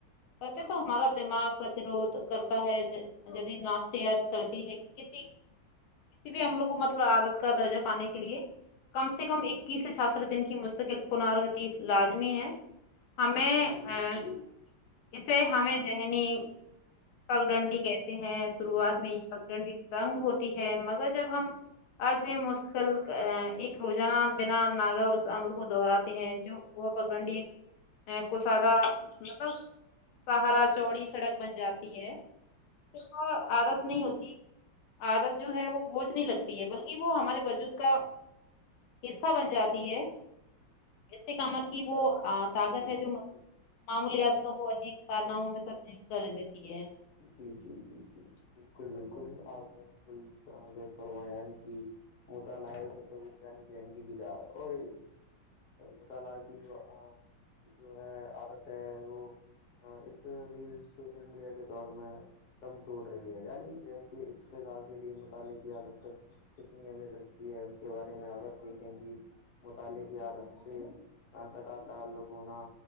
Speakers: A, on the left; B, on the left.
A: کرتے تو ہمارا دماغ پرتروھ کرتا ہے جدید نافسیات کرتی ہے کسی کسی بھی عملوں کو مطلب عادت کا درجہ پانے کے لیے کم سے کم اکیس سے چھیاسٹھ دن کی مستقل پناروتی لازمی ہے ہمیں
B: جی
A: ا
B: جی جی بالکل
A: اسے ہمیں ذہنی پگڈنڈی کہتے ہیں شروعات میں یہ پگڈنڈی تنگ ہوتی ہے مگر جب ہم آج میں مشقل ایک روزانہ بنا ناگا اس عمل کو دہراتے ہیں جو وہ پگنڈی ایک ہے کشادہ مطلب سہارا چوڑی سڑک بن جاتی تو عادت
B: بالکل
A: نہیں ہوتی عادت جو ہے وہ بوجھ نہیں لگتی ہے بلکہ وہ ہمارے وجود کا حصہ بن جاتی ہے استقامت کی وہ طاقت
B: جی
A: ہے جو معمولیاتوں کو عجیب کارناموں میں تبدیل کر دیتی ہے
B: جی جی جی جی بالکل بالکل آپ نے بالکل فرما یعنی کہ مطالعے ان جن کی کیتا اور بتالا کہ جو اب جو ہے عادت ہے وہ ہاں اس ریل سوشل میڈیا کے دور میں دن توڑ رہی ہے یعنی کہ زیر کے افتقاح کے لیے مطالعے کی عدت تک کتنی اہمیت رکھتی ہے اس کے بارے میں آ اگر دیکھیں کہ تالے کی عادت سے تا قت تعلق ہونا